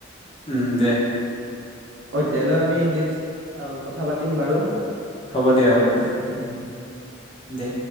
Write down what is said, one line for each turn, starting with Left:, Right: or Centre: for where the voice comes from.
Left: উম, দে।
Right: অধ্যয়ালৈ আমি নেক্সট আৰু কথা পাতিম বাৰু।
Left: হ'ব দিয়া। হ'ব দেয়া।
Right: উম
Left: দে।